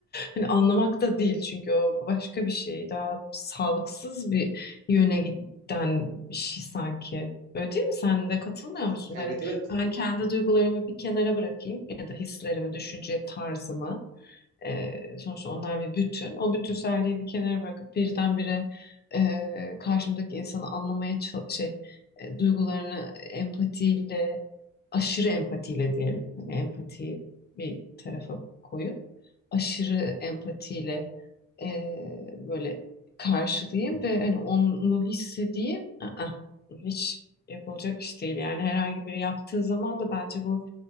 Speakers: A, on the left (about 35°); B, on the right (about 80°).
A: Hani anlamak da değil çünkü o başka bir şey. Daha sağlıksız bir yöne giden bir şey sanki. Öyle değil mi? Sen de katılmıyor
B: ya,
A: musun?
B: evet
A: Hani
B: evet
A: ben kendi duygularımı bir kenara bırakayım ya da hislerimi, düşünce tarzımı. Ee, sonuçta onlar bir bütün. O bütünselliği bir kenara bırakıp birdenbire e, karşımdaki insanı anlamaya ça- şey e, duygularını empatiyle aşırı empatiyle diyelim. Hani empatiyi bir tarafa koyup aşırı empatiyle eee, böyle karşılayayım ve hani onu hissedeyim. Aa, hiç yapılacak iş değil. Yani herhangi biri yaptığı zaman da bence bu